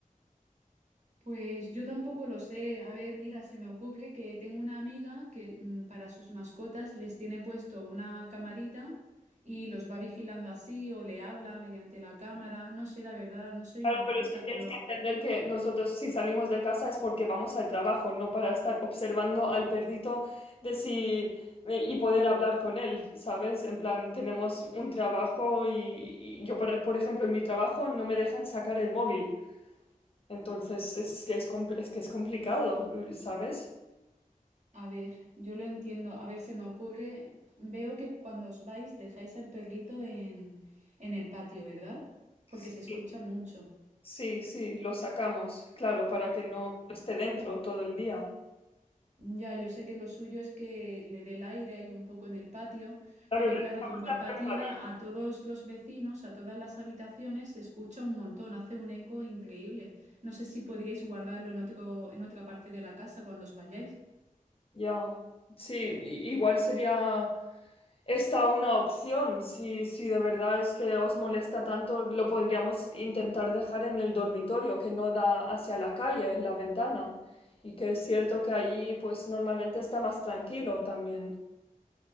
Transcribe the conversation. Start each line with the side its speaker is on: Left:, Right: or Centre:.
Right: Pues yo tampoco lo sé. A ver, mira, se me ocurre que tengo una amiga que mm, para sus mascotas les tiene puesto una camarita y los va vigilando así o le habla mediante la cámara. No sé, la verdad, no soy
Left: Claro,
Right: una experta,
Left: pero es que tienes
Right: pero
Left: que entender que nosotros si salimos de casa es porque vamos al trabajo, no para estar observando al perrito de si eh, y poder hablar con él, ¿sabes? En plan, tenemos un trabajo y, y yo, por, por ejemplo, en mi trabajo no me dejan sacar el móvil. Entonces es que es, compl- es que es complicado, ¿sabes?
Right: a ver, yo lo entiendo. A ver, se me ocurre, veo que cuando os vais dejáis al perrito en, en el patio, ¿verdad?
Left: Sí,
Right: Porque se escucha mucho.
Left: sí, sí, lo sacamos, claro, para que no esté dentro todo el día.
Right: Ya, yo sé que lo suyo es que le dé el aire ahí un poco en el patio,
Left: Claro,
Right: pero
Left: le dejamos
Right: claro, como
Left: la
Right: el patio
Left: puerta abierta.
Right: da a todos los vecinos, a todas las habitaciones, se escucha un montón, hace un eco increíble. No sé si podríais guardarlo en otro, en otra parte de la casa cuando os vayáis.
Left: Ya, Sí, i- igual sería. Está una opción, si, si de verdad es que os molesta tanto, lo podríamos intentar dejar en el dormitorio, que no da hacia la calle, la ventana. Y que es cierto que allí pues normalmente está más tranquilo también.